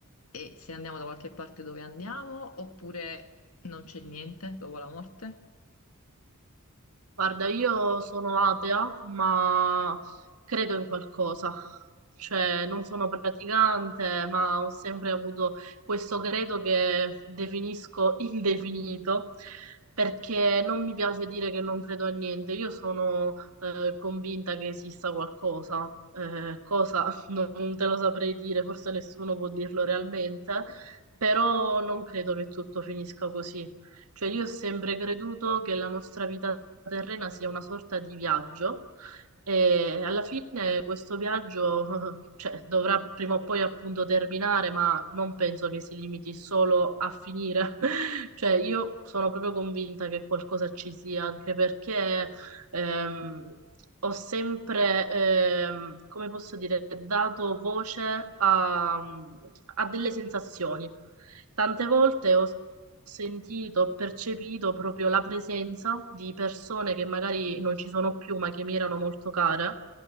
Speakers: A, on the left (about 75°); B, on the right (about 85°).
A: e se andiamo da qualche parte dove andiamo oppure non c'è niente dopo la morte?
B: Guarda, io sono atea, ma credo in qualcosa. Cioè, non sono praticante, ma ho sempre avuto questo credo che definisco <laughs> indefinito, perché non mi piace dire che non credo a niente. Io sono eh, convinta che esista qualcosa. Eh, cosa <laughs> non te lo saprei dire, forse nessuno può dirlo realmente, però non credo che tutto finisca così. Cioè io ho sempre creduto che la nostra vita terrena sia una sorta di viaggio e alla fine questo viaggio, <laughs> cioè, dovrà prima o poi appunto terminare, ma non penso che si limiti solo a finire. <laughs> Cioè io sono proprio convinta che qualcosa ci sia, anche perché ehm, ho sempre, ehm, come posso dire, dato voce a a delle sensazioni. Tante volte ho sentito, ho percepito proprio la presenza di persone che magari non ci sono più, ma che mi erano molto care.